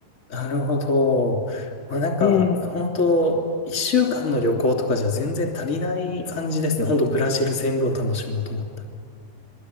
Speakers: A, on the left; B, on the left.
A: なるほど。まあ、なんか、
B: ええ、
A: 本当一週間の旅行とかじゃ全然足りない感じですね。
B: 足
A: 本当ブラジル全部を楽しもうと思ったら。